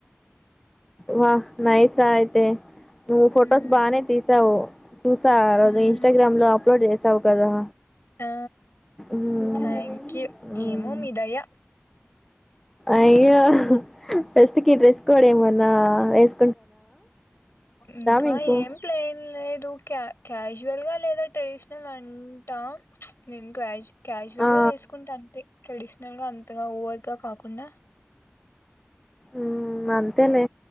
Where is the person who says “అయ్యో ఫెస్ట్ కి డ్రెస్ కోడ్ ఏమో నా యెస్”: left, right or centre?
Centre